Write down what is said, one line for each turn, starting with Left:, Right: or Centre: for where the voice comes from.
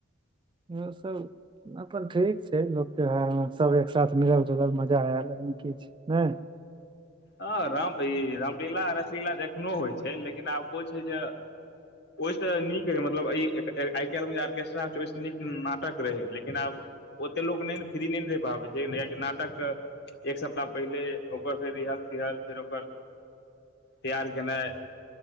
Right: ओ सभ अपन ठीक लोक त्यौहार ममे सभ एक साथ मिलल जुलल मजा आयल एहिमे किछ ने।
Left: ह, राम ई रामलीला रसलीला एखनो होइ छै लेकिन आब ओ छै जे ओहिसँ नीक रहै मतलब ई आइ काल्हिमे जे आर्केस्ट्रा छै ओहिसँ नीक नाटक रहै लेकिन आब। ओते लोक नहि फ्री नहि ने रपाबै छै नाटक एक सप्ताह पहिले ओकर फेर रिह रिहाज फेर ओकर तैयार केनाइ।